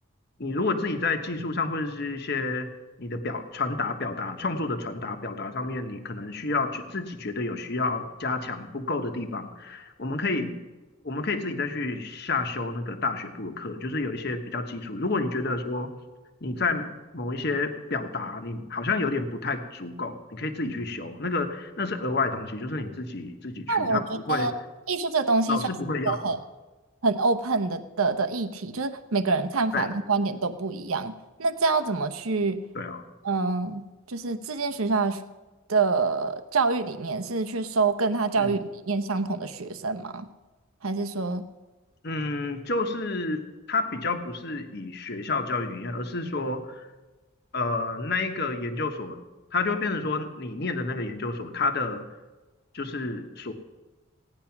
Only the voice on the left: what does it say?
你如果自己在技术上或者是一些你的表传达、表达、创作的传达、表达上面，你可能需要去自己觉得有需要加强不够的地方。我们可以我们可以自己再去下修那个大学部的课，就是有一些比较基础。如果你觉得说你在某一些表达你好像有点不太足够，你可以自己去修，那个那是额外的东西，就是你自己自己去，
他不会老师不会要求。
对
对啊，
嗯
嗯，就是它比较不是以学校教育理念，而是说。呃，那一个研究所，它就会变成说，你念的那个研究所，它的就是